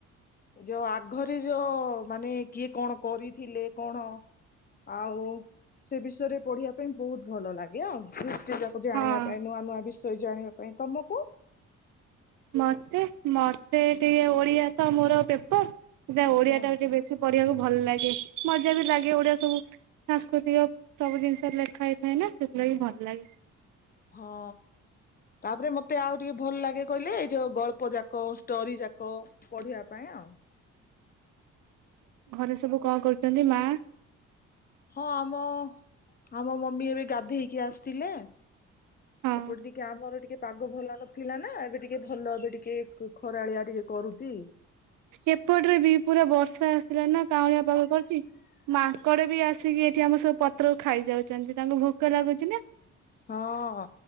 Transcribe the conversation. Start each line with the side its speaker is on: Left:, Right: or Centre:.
Left: ଯୋଉ ଆଘରେ ଯୋଉମାନେ କିଏ କଣ କରିଥିଲେ କଣ। ଆଉ ସେ ବିଷୟରେ ପଢିବା ପାଇଁ ବହୁତ ଭଲ ଲାଗେ ଆଉ। ଯାକୁ ଜାଣିବା
Right: ହଁ
Left: ପାଇଁ ନୂଆ ନୂଆ ବିଷୟ ଜାଣିବା ପାଇଁ ତମକୁ?
Right: ମତେ ମତେ ଟିକେ ଓଡିଆ ତ ମୋର ପେପର ଓଡିଆଟା
Left: ହଁ
Right: ଟିକେ ବେଶୀ ପସ ପଢିବାକୁ ଭଲ ଲାଗେ ମଜା ବି ଲାଗେ ଓଡିଆ ସବୁ ସାଂସ୍କୃତିକ ସବୁ ଜିନିଷରେ ଲେଖା ହେଇଥାଏ ନା। ସେଥିଲାଗି ଭଲ ଲାଗେ।
Left: ହଁ। ତାପରେ ମତେ ଆଉ ଟିକେ ଭଲ ଲାଗେ କହିଲେ ଏଇ ଯୋଉ ଗଳ୍ପ ଯାକ ଷ୍ଟୋରି ଯାକ ପଢିବା ପାଇଁ ଆଉ। ହଁ।
Right: ଘରେ ସବୁ କଣ କରୁଛନ୍ତି ମା
Left: ହଁ ଆମ ଆମ ମମି ଏବେ ଗାଧେଇକି ଆସିଥିଲେ।
Right: ହଁ
Left: ଏପଟେ ଟିକେ ଆମର ଟିକେ ପାଗ ଭଲ ନଥିଲା ନା ଏବେ ଟିକେ ଭଲ ଏବେ ଟିକେ ଖରାଳିଆ ଟିକେ କରୁଛି।
Right: ଏପଟରେ ବି ପୁରା ବର୍ଷା ଆସିଲା ନା କାଉଁଳିଆ ପାଗ କରିଛି। ମାଙ୍କଡ ବି ଆସିକି ଏଠି ଆମ ସବୁ ପତ୍ରକୁ ଖାଇଯାଉଛନ୍ତି ତାଙ୍କୁ ଭୋକ ଲାଗୁଛି ନା।
Left: ହଁ